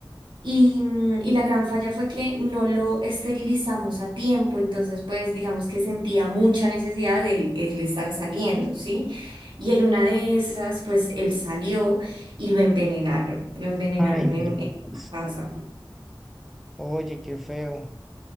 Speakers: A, on the right (about 75°); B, in the centre.
A: y, mm, y la gran falla fue que no lo esterilizamos a tiempo, entonces pues digamos que sentía mucha necesidad de él, él estar saliendo, ¿sí? Y en una de esas pues él salió y lo envenenaron, lo envenenaron
B: Ay, no
A: en,
B: digas.
A: en la casa.
B: Oye, qué feo.